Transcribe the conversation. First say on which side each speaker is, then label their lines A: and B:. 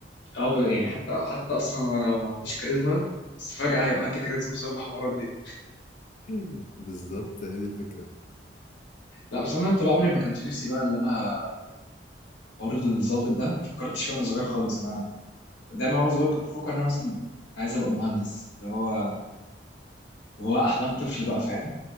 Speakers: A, on the left; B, on the left.
A: اه ب- يعني حتى حتى اصلا انا لو ما عنديش كاريزما بس فجاه هيبقى عندي كاريزما بسبب الحوارات دي
B: <laughs> بالظبط هي دي الفكره
A: لا بس انا طول عمري ما كانش نفسي بقى اللي انا حوار الضابط ده ما فكرتش فيه وانا صغير خالص انا دايما وانا صغير كنت بفكر ان انا مثلا عايز ابقى مهندس اللي هو وهو احلام طفل بقى فاهم